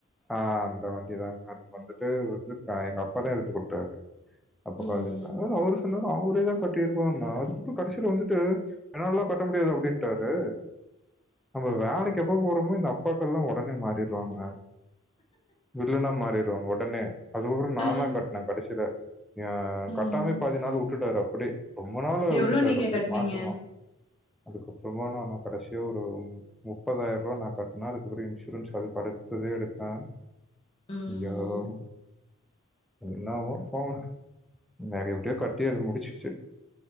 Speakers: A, in the centre; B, on the left (about 30°).
A: ஆ அந்த வண்டிதாங்க அது வந்துட்டு வந்து எங்க அப்பா தா எடுத்து குடுத்தாரு அப்ப
B: ம்.
A: காலேஜ்ல மொதல்ல அவரு சொன்னாரு அவரே தா கட்டிருவ்னோ அதுக்கப்றோ கடைசில வந்துட்டு என்னாலல்லா கட்ட முடியாது அப்டின்டாரு நம்ம வேலைக்கு எப்ப போறமோ இந்த அப்பாக்கல்லா உடனே மாறிடுவாங்க வில்லனா மாறிடுவாங்க உடனே அதுக்கப்ற நா
B: ஆ,
A: தா கட்னே கடசில அ
B: ம்.
A: கட்டாமே பாதி நாள் வுட்டுட்டாரு அப்டியே ரொம்ப நாள் அ
B: எவ்ளோ
A: விட்டுட்டாரு
B: நீங்க
A: அப்டெ
B: கட்னீங்க?
A: மாசமா அதுக்கப்றமா நானு கடைசியா ஒரு முப்பதாயிரூபா நா கட்னே அதுகப்றோ இன்சூரன்ஸ் அது கரெக்ட் எதோ எடுப்பெ
B: ம்.
A: அய்யோவ் என்னவோ போங்க நக எப்டியோ கட்டி அது முடிச்சிச்சு